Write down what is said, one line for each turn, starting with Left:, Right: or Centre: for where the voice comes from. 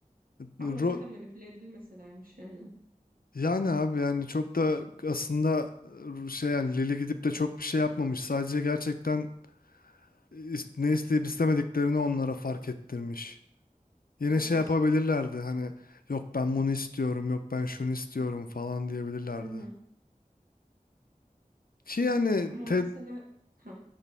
Right: Ama
Left: Ro-
Right: onlar da manipüle edilmeselermiş yani.
Left: yani abi yani çok da aslında e, şey yani Lili gidip de çok bir şey yapmamış. Sadece gerçekten e, is- ne isteyip istemediklerini onlara fark ettirmiş. Yine
Right: Evet.
Left: şey yapabilirlerdi hani yok ben bunu istiyorum yok ben şunu istiyorum falan diyebilirlerdi.
Right: Hı hı.
Left: Ki yani
Right: Ama
Left: Ted
Right: mesela ha